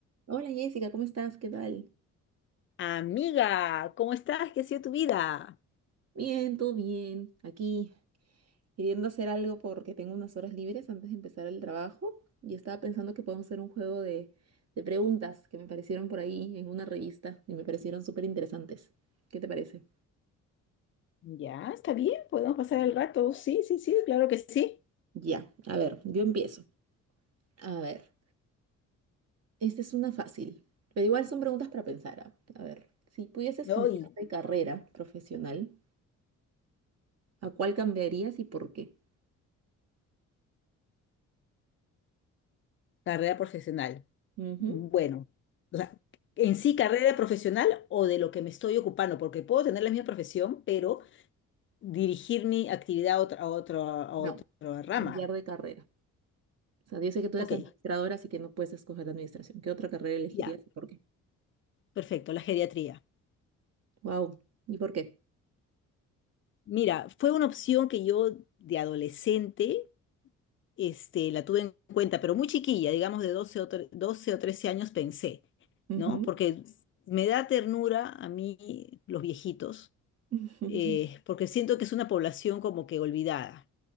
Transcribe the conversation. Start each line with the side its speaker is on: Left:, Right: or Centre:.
Right: Hola Jessica, ¿cómo estás? ¿Qué tal?
Left: Amiga, ¿cómo estás? ¿Qué ha sido tu vida?
Right: Bien, todo bien. Aquí queriendo hacer algo porque tengo unas horas libres antes de empezar el trabajo y estaba pensando que podemos hacer un juego de, de preguntas que me aparecieron por ahí en una revista y me parecieron súper interesantes. ¿Qué te parece?
Left: Ya, está bien, podemos pasar el rato. Sí, sí, sí, claro que sí.
Right: Ya, a ver, yo empiezo. A ver, esta es una fácil, pero igual son preguntas para pensar. ¿ah? A ver, si pudieses
Left: Hoy,
Right: cambiar de carrera profesional, ¿a cuál cambiarías y por qué?
Left: carrera profesional.
Right: Ujú.
Left: Bueno, o sea, en sí, carrera profesional o de lo que me estoy ocupando, porque puedo tener la misma profesión, pero dirigir mi actividad a otra, a otro- a otra
Right: No,
Left: rama.
Right: cambiar de carrera. O sea, yo sé que tú
Left: Ok,
Right: eres administradora, así que no puedes escoger administración. ¿Qué otra carrera elegirías
Left: ya,
Right: y por qué?
Left: perfecto, la geriatría.
Right: Wow. ¿Y por qué?
Left: Mira, fue una opción que yo de adolescente este, la tuve en cuenta, pero muy chiquilla, digamos de doce o, tre- 12 o 13 años pensé,
Right: Ujú.
Left: ¿no? Porque me da ternura a mí los viejitos,
Right: Ujú.
Left: eh, porque siento que es una población como que olvidada.